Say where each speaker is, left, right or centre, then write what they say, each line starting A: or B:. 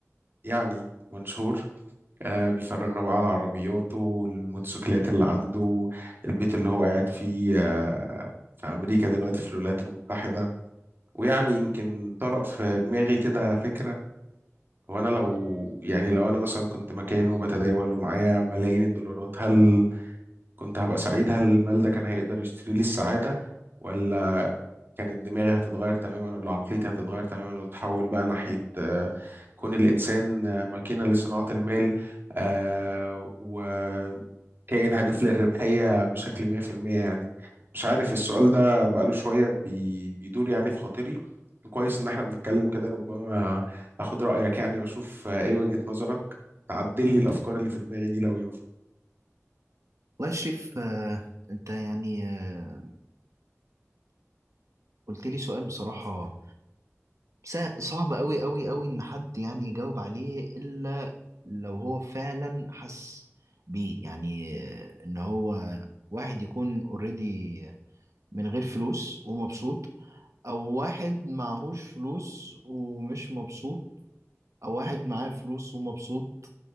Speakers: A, on the right; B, on the right.
A: يعني منشور آه، بيفرجنا بقى على عربياته الموتوسيكلات اللي عنده البيت اللي هو قاعد فيه آه، في أمريكا دلوقتي في الولايات المتحدة ويعني يمكن طرأ في دماغي كده فكرة هو انا لو يعني لو انا مثلا كنت مكانه وبتداول ومعايا ملايين الدولارات هل كنت هبقى سعيد هل المال ده كان هيقدر يشتري لي السعادة ولا كانت دماغي هتتغير تماما ولا عقليتي هتتغير تماما وتتحول بقى ناحية آه، كون الإنسان آه، ماكينة لصناعة المال آه، وكائن هادف للربحية بشكل 100% يعني مش عارف السؤال ده بقاله شوية بي- بيدور يعني في خاطري كويس إن احنا بنتكلم كده ربما أخد رأيك يعني وأشوف آه، إيه وجهة نظرك تعدل لي الأفكار اللي في دماغي دي لو ينفع
B: والله يا شريف آه، انت يعني آه، قلت لي سؤال بصراحة سا- صعب قوي قوي قوي ان حد يعني يجاوب عليه الا لو هو فعلا حس بيه يعني آه، ان هو واحد يكون اوريدي من غير فلوس ومبسوط او واحد معهوش فلوس ومش مبسوط او واحد معاه فلوس ومبسوط